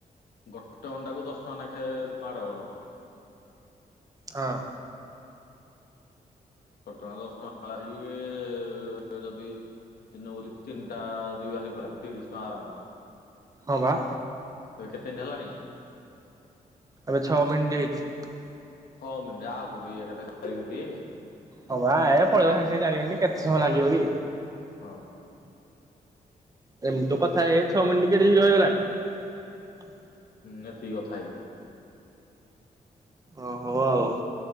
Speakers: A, on the left (about 85°); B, on the right (about 25°).
A: ଗୋଟେ ଅଣ୍ଡାକୁ ଦଶ ଟଙ୍କା ନେଖାଏ। ମାଡ଼ ଗୋଡ଼।
B: ହଁ।
A: ଫଟା ଅଣ୍ଡା ଦଶ ଟଙ୍କା ଆସିକି ଇଏ ଯଦି କିଣିନବ ଯଦି ତିନଟା ଦେଇ ବାହାରକୁ ପଳାଉ ତିରିଶି ଟଙ୍କା ନା କଣ ଯେ‌।
B: ହଁ ବା।
A: ଏବେ କେତେ ଦିନ ହେଲାଣି?
B: ଏବେ ଛଅ ମିନିଟ ହେଇଛି।
A: ଛଅ ମିନିଟି ଆହୁରି ଏକାଥରେ ଚାରି ମିନିଟି।
B: ହଁ ବା ଏ ପଳେଇବ ସାଙ୍ଗେ ସାଙ୍ଗେ ଚାରି ମିନିଟ କେତେ ସମୟ ଲାଗିବ କି।
A: ହଁ।
B: ଏମିତି ତ କଥା ହେଇ ହେଇ ଛଅ ମିନିଟି କେଡ଼େ ଶୀଘ୍ର ହେଇଗଲାଣି।
A: ହୁଁ ଏତିକି କଥା ହେଇକି।
B: ଓ ହଉ ଆଉ।